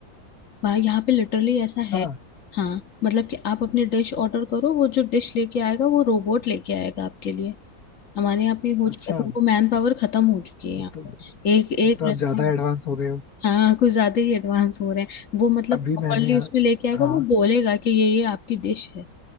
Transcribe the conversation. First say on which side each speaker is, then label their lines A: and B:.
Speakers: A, on the left (about 55°); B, on the left (about 70°).
A: वहाँ यहाँ पे लिटरली ऐसा है
B: अच्छा
A: हाँ मतलब कि आप अपनी डिश ऑर्डर करो वो जो डिश लेके आएगा वो रोबोट लेके आएगा आपके लिए हमारे यहाँ पे हो
B: अच्छा
A: चुका है तो मैन पावर खत्म हो चुकी है
B: एक
A: यहाँ
B: तो
A: पे एक एक
B: एक तो आप
A: रेस्टोरेंट
B: ज्यादा एडवांस हो गए हो
A: हाँ कुछ ज्यादा ही एडवांस हो रहे हैं वो मतलब
B: अभी
A: प्रॉपरली
B: मैंने यार
A: उसमें लेके आएगा
B: हाँ
A: वो बोलेगा कि ये ये आपकी डिश है